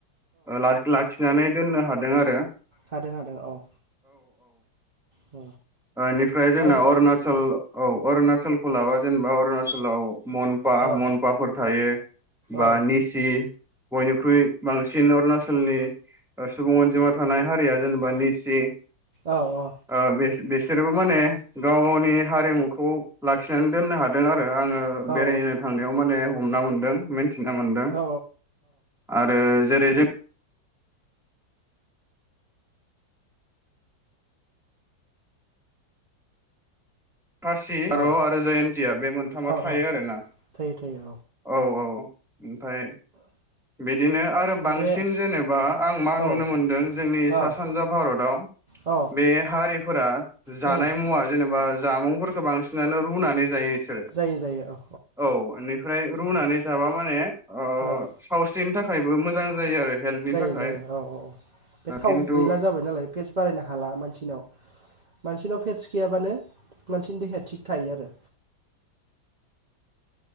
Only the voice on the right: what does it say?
हादों-हादों औ। औ
मा जो
औ
औ
औ-औ।
औ
औ
औ
औ
थायो थायो
बे
औ
औ
औ
उम
जायो जायो औ
औ
औ
जायो
जायो औ औ औ बे थाव
गैला जाबाय नालाय पेट्स बारायनो हाला मानसिनाव। मानसिनाव फेट्स गैयाबानो मानसिनि देहाया थिग थायो आरो।